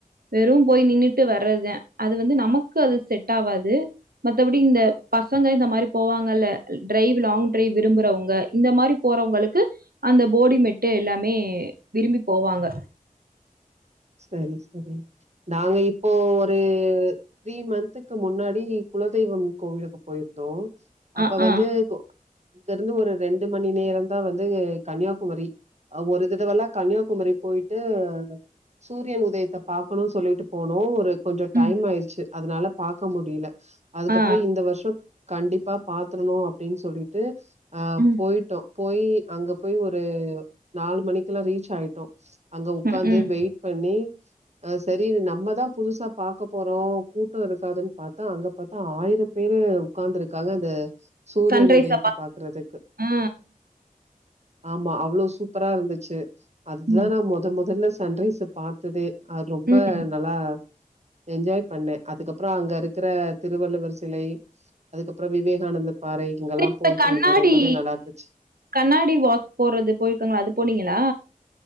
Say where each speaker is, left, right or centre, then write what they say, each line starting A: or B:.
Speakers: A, on the right; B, on the right.
A: வெறு போய் நின்னுட்டு வரதுதா அது வந்து நமக்கு அது செட் ஆவாது மத்தபடி இந்த பசங்க இந்த மாறி போவாங்கல்ல ட்ரைவ் லாங் ட்ரைவ் விரும்புறவங்க இந்த மாறி போறவங்களுக்கு அந்த போடிமெட்டு எல்லாமே விரும்பி போவாங்க
B: சரி சரி நாங்க இப்போ ஒரு த்ரீ மன்த்துக்கு முன்னாடி குலதெய்வம் கோவிலுக்கு போயிருந்தோ அப்ப
A: அ,
B: வந்து
A: ஆ.
B: கு அங்க இருந்து ஒரு ரெண்டு மணி நேரந்தா வந்து கன்யாகுமரி ஒரு தடவலா கன்யாகுமரி போய்ட்டு சூரியன் உதயத்த பாக்கணு சொல்லிட்டு போனோ ஒரு கொஞ்ச
A: ம்.
B: டைம் ஆயிருச்சு அதனால பாக்க முடில அதுக்கப்றோ
A: ஆ.
B: இந்த வருஷோ கண்டிப்பா பாத்துரணு அப்டின் சொல்லிட்டு அ
A: ம்.
B: போய்ட்டோ போயி அங்க போயி ஒரு நாலு மணிக்குலா ரீச் ஆய்ட்டோ அங்க உக்காந்து
A: ம், ம்.
B: வெயிட் பண்ணி அ சரி நம்மதா புதுசா பாக்க போறோ கூட்ட இருக்காதுன் பாத்தா அங்க பாத்தா ஆயிரம் பேரு உட்காந்துருக்காங்க அந்த சூரியன்
A: சன்ரைஸ
B: உதயத்தைப் பாக்குறதுக்கு
A: ஆ.
B: ஆமா அவ்ளோ சூப்பரா இருந்துச்சு அதுதா
A: ம்.
B: நா மொத மொதல்ல சன்ரைச பாத்ததே அது ரொம்ப
A: ம்.
B: நல்லா என்ஜாய் பண்ணே அதுக்கப்புற அங்க இருக்கிற திருவள்ளுவர் சிலை அதுக்கப்புற விவேகானந்த பாறை இங்கெல்லா
A: இந்த
B: போயிட்டு
A: கண்ணாடி
B: வந்தோ ரொம்பவே நல்லா இருந்துச்சு
A: கண்ணாடி வாக் போறது போயிருக்காங்களா அது போனீங்ளா